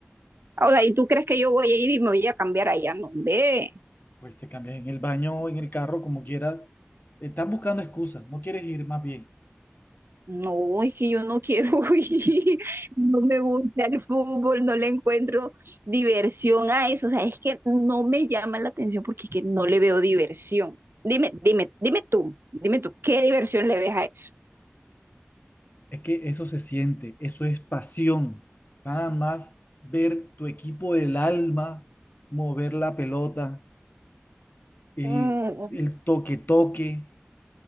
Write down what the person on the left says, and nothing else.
Pues te cambias en el baño o en el carro, como quieras. Estás buscando excusas, no quieres ir más bien.
Es que eso se siente, eso es pasión. Nada más ver tu equipo del alma mover la pelota, el,
el toque-toque,